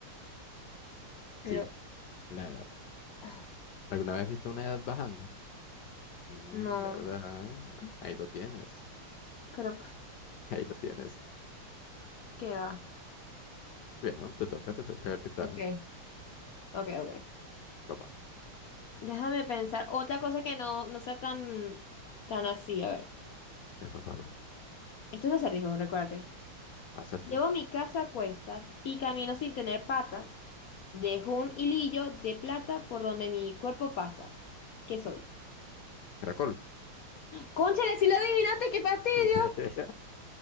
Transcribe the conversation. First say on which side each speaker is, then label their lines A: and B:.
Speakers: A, on the left; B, on the left.
A: Pero.
B: Sí, la edad.
A: ah,
B: ¿Alguna vez viste una edad bajando? Mm,
A: No,
B: ¿verdad? Ahí lo tienes.
A: pero pf,
B: Ahí lo tienes.
A: ¿qué va?
B: Bien, ¿no? Te toca, te toca a ver qué tal.
A: Ok, ok, ok.
B: Papá,
A: Déjame pensar. Otra cosa que no, no sea tan, tan así. A ver.
B: qué papá, papá.
A: Esto no es un acertijo, recuérdate.
B: Acertijo.
A: Llevo mi casa a cuestas y camino sin tener patas. Dejo un hilillo de plata por donde mi cuerpo pasa. ¿Qué soy?
B: Caracol.
A: Cónchale, si lo adivinaste, qué fastidio.
B: <laughs>